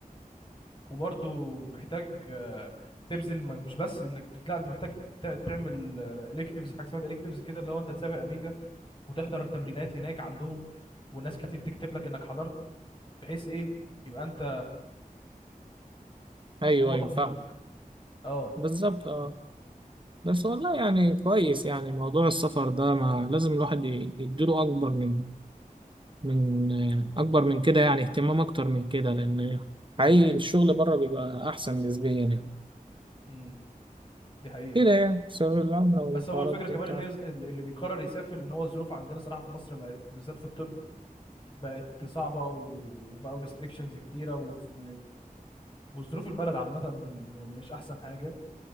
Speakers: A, on the left; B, on the right.
A: وبرضه محتاج آه، تبذل مج- مش بس انك لا انت محتاج تع- تعمل الكتيفز حاجه اسمها الكتيفز كده اللي هو انت تسافر امريكا وتحضر التمرينات هناك عندهم وناس كتير تكتب لك انك حضرت بحيث ايه يبقى انت
B: أيوه
A: هم
B: أيوه
A: ضامنينك
B: فاهم
A: اه
B: بالظبط أه بس والله يعني كويس يعني موضوع السفر ده ما لازم الواحد ي- يديله أكبر من من آه، أكبر من كده يعني اهتمام أكتر من كده لأن حقيقي الشغل بره بيبقى أحسن نسبيا يعني
A: امم دي حقيقه
B: كده يعني سبب العملة والحوارات
A: بس هو الفكره
B: دي
A: كمان
B: بتاعت
A: ان هي ز- اللي بيقرر يسافر لان هو الظروف عندنا صراحه في مصر بقت بالذات في الطب بقت صعبة وبقوا ريستريكشنز كتيرة وف... وظروف البلد عامة مش أحسن حاجة